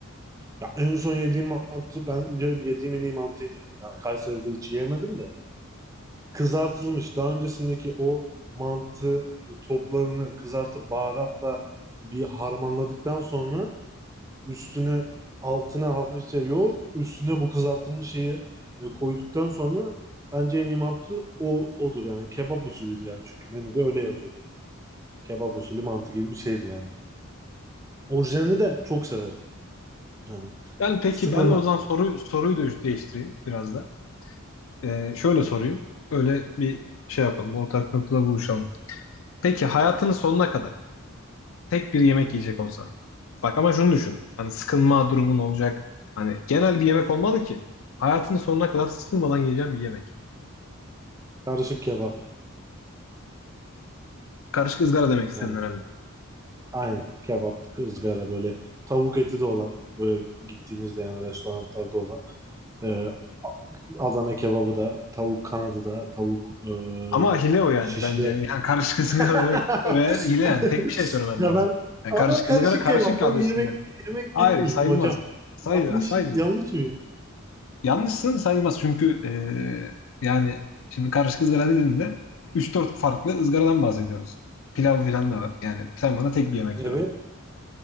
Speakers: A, on the right; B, on the left.
A: Ya en son yediğim mantı bence yediğim en iyi mantıydı. Yani Kayseri'de hiç yemedim de. Kızartılmış daha öncesindeki o mantı toplarını kızartıp baharatla bir harmanladıktan sonra üstüne altına hafifçe yoğurt, üstüne bu kızartılmış şeyi e, koyduktan sonra bence en iyi mantı o odur yani. Kebap usulüydü yani çünkü menüde öyle yazıyordu. Kebap usulü mantı gibi bir şeydi yani. Orijinalini de çok severim. Yani
B: Ben peki
A: Sıkılmam.
B: ben de o zaman soru, soruyu da değiştireyim biraz da. Ee, şöyle sorayım. Öyle bir şey yapalım. Ortak noktada buluşalım. Peki hayatının sonuna kadar tek bir yemek yiyecek olsan. Bak ama şunu düşün. Hani sıkılma durumun olacak. Hani genel bir yemek olmalı ki. Hayatının sonuna kadar sıkılmadan yiyeceğim bir yemek.
A: Karışık kebap.
B: Karışık ızgara demek istedin
A: Yani
B: herhalde.
A: aynen kebap, ızgara böyle tavuk eti de olan böyle gittiğimizde yani restoranlarda olan e, A- Adana kebabı da tavuk kanadı da tavuk e,
B: Ama hile o yani
A: şişi
B: bence.
A: de.
B: Yani karışık <laughs> ızgara
A: <laughs>
B: demek oraya hile yani. Tek bir şey söylemen
A: Ya
B: lazım.
A: ben
B: Yani
A: ama
B: karışık
A: karışık
B: ızgara karışık
A: kebap da
B: adı
A: bir
B: üstünde.
A: yemek yemek
B: Hayır
A: değil mi
B: sayılmaz.
A: hocam?
B: Sayılmaz.
A: Yanlış
B: Sayılmaz.
A: yanlış mıyım?
B: Yanlışsın sayılmaz çünkü e, yani şimdi karışık ızgara dediğinde üç dört farklı ızgaradan bahsediyoruz. Pilav filan da var. Yani sen bana tek bir yemek
A: Evet.
B: söyleme.